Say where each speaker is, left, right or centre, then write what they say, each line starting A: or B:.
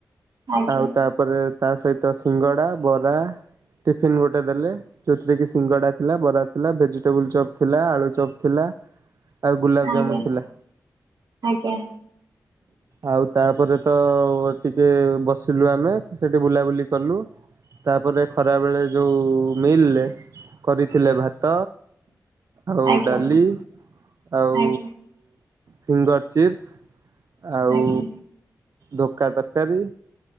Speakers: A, on the right; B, on the right.
A: ଆଜ୍ଞା
B: ଆଉ ତାପରେ ତା ସହିତ ସିଙ୍ଗଡା, ବରା ଟିଫିନ୍ ଗୋଟେ ଦେଲେ। ଯୋଉଥିରେ କି ସିଙ୍ଗଡା ଥିଲା, ବରା ଥିଲା, ଭେଜିଟେବୁଲ୍ ଚପ୍ ଥିଲା, ଆଳୁ ଚପ୍ ଥିଲା। ଆଉ ଗୁଲାଵ୍
A: ଆଜ୍ଞା ଆଜ୍ଞା
B: ଜାମୁନ୍ ଥିଲା
A: ଆଜ୍ଞା।
B: ଆଉ ତାପରେ ତ। ଟିକେ ବସିଲୁ ଆମେ ସେଇଠି ବୁଲାବୁଲି କଲୁ ତାପରେ ଖରାବେଳେ ଯେଉ ମିଇ ଲେ। କରିଥିଲେ ଭାତ ଆଉ
A: ଆଜ୍ଞା ଆଜ୍ଞା ଆଜ୍ଞା
B: ଡାଲି
A: ଆଜ୍ଞା
B: ଆଉ।
A: ଆଜ୍ଞା
B: ଫିଙ୍ଗର୍ ଚିପ୍ସ ଆଉ
A: ଆଜ୍ଞା ଆଜ୍ଞା
B: ଧୋକା ତରକାରୀ